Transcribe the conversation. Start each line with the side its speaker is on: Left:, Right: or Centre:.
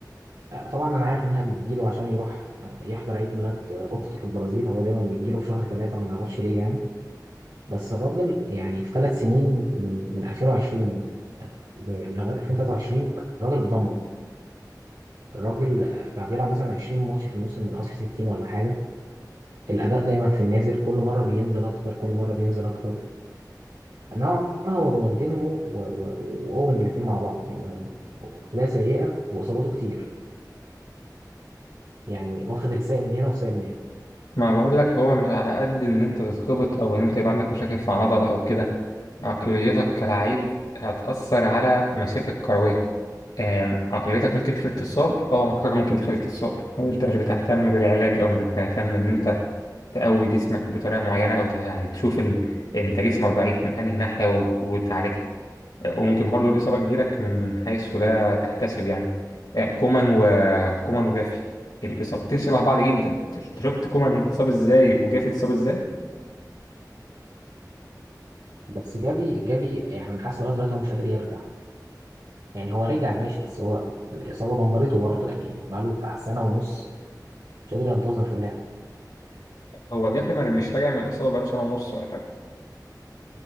Right: آه، طبعا أنا عارف إنها بتجيله عشان يروح آه، يحضر عيد ميلاد آه، أخته في البرازيل هو دايما بيجيله في شهر ثلاثة ما نعرفش ليه يعني بس الراجل يعني في ثلاث سنين من من 2020 ل- لغاية 2023 الراجل اتدمر الراجل آه، بقى بيلعب مثلا 20 ماتش في الموسم من أصل 60 ولا حاجة الأداء دايما في النازل كل مرة بينزل أكتر كل مرة بينزل أكتر نوعا ما هو رونالدينهو و- و- وأوين الاتنين مع بعض يعني هو هو عقلية سيئة وإصاباته كتير يعني واخد الساق من هنا والساق من هنا
Left: ما بقول لك هو مش على قد ان انت تتخبط او ان انت يبقى عندك مشاكل في عضله او كده عقليتك كلاعب هتاثر على مسيرتك الكرويه آم، عقليتك ممكن تخليك تصاب اه عقليتك ممكن تخليك تصاب لو انت مش بتهتم بالعلاج او مش بتهتم ان انت تقوي جسمك بطريقه معينه او ته- يعني تشوف ال... انت جسمك ضعيف من انهي ناحيه وت- وتعالجها وممكن برضو الإصابة تجيلك من حيث لا تحتسب يعني آه، كومان وكومان وجافي الإصابتين شبه بعض جدا أنت شفت كومان اتصاب إزاي وجافي اتصاب إزاي
Right: بس جافي جافي يعني أنا حاسس لغاية دلوقتي هو مش قادر يرجع يعني هو رجع ماشي بس هو الإصابة دمرته برضه يعني بقاله بتاع سنة ونص مش قادر ينتظم في اللعب
Left: هو جافي ما- مش راجع من الإصابة بقاله سنة ونص ولا حاجة